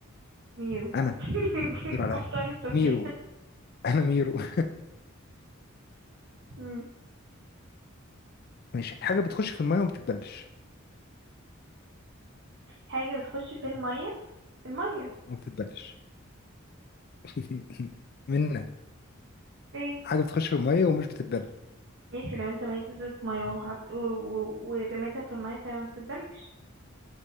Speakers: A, on the right; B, on the left.
A: ميرو
B: أنا
A: <laughs>
B: الدور عليا
A: قبطان السفينة
B: ميرو أنا ميرو <laughs>
A: مم.
B: ماشي حاجة بتخش في المية وما بتتبلش
A: حاجة بتخش في المية المية
B: وما بتتبلش <laughs> منا
A: ايه
B: حاجة بتخش في المية ومش بتتبلش
A: ماشي لو انت معيش ازازة مية وحط و... و... ورميتها في المية فهي ما بتتبلش